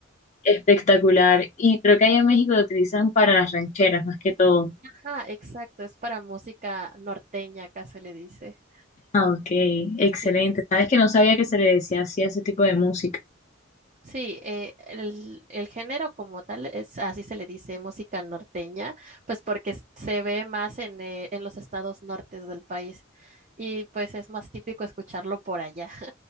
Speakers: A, on the left; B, on the right.
A: espectacular. Y creo que allá en México lo utilizan para las rancheras más que todo.
B: Ah, exacto, es para música norteña, acá se le dice.
A: Ah, ok, excelente.
B: Sí,
A: Sabes que no sabía que se le decía así a ese tipo de música.
B: sí, eh, el, el género como tal es, así se le dice, música norteña, pues porque s- se ve más en, eh, en los estados nortes del país y pues es más típico escucharlo por allá.